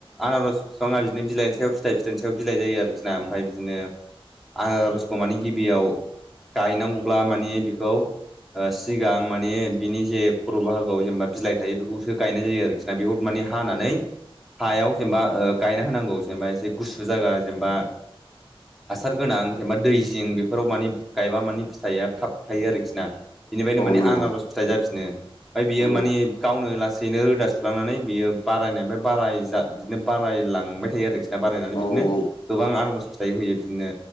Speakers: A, in the centre; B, on the left.
A: आनारस बिफाङा बिदिनो बिलाइनि सायाव फिथाइ फिथाइनि सायाव बिलाइ जायो आरोखि ना ओमफ्राय बिदिनो आनारसखौ माने गिबियाव गायनांगौब्ला मानि बिखौ सिगां माने बिनि जे खर' बाहाग फाव जेनेबा बिलाइ थायो बेखौसो गायनाय जायो आरोखि ना बेखौ माने हानानै हायाव जेनेबा गायना होनांगौ जेनेबा एसे गुसु जायगा जेनेबा
B: <inaudible>
A: हासार गोनां जेनबा दै जिं बेफोराव माने गायबा माने फिथाइया थाब थायो आरोखि ना। बिनिफ्रायनो माने
B: नंगौ
A: आनारज फिथाइ जाफिनो ओमफ्राय बियो
B: औ
A: माने गावनो लासै बिनो रोदा सुलांनानै बियो बारायनायनि फ्राय बाराय बिदिनो बारायलांबाय थायो आरोखि ना बारायनानै
B: औ
A: बिदिनो
B: औ
A: गोबां आनज फिथाइ होयो बिदिनो